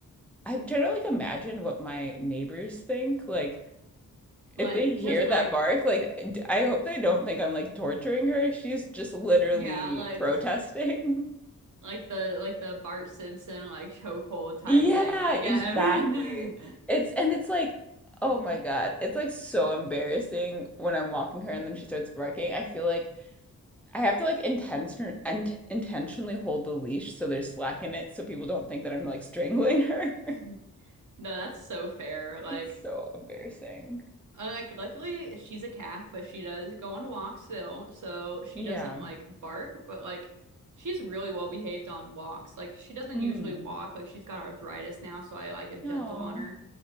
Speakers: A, in the centre; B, on the right (about 60°).
A: I'm trying to like imagine what my neighbors think like
B: Like
A: if they hear
B: just like
A: that bark like d- I hope they don't think I'm like torturing her she's just literally
B: yeah, like
A: protesting
B: like the like the Bart Simpson like chokehold
A: <laughs>
B: type
A: yeah
B: thing. Like,
A: exactly
B: Evan.
A: it's and it's like oh my God it's like so embarrassing when I'm walking her and then she starts barking I feel like I have to like intention and intentionally hold the leash so there's slack in it so people don't think that I'm like strangling <laughs> her
B: <laughs> No, that's so fair. Like
A: It's so embarrassing.
B: Uh, Like, luckily, she's a cat, but she does go on walks still, so she
A: Yeah.
B: doesn't like bark, but like, she's really well behaved on walks. Like, she doesn't
A: Hmm.
B: usually walk, like, she's got arthritis now, so I like am
A: No.
B: gentle on her.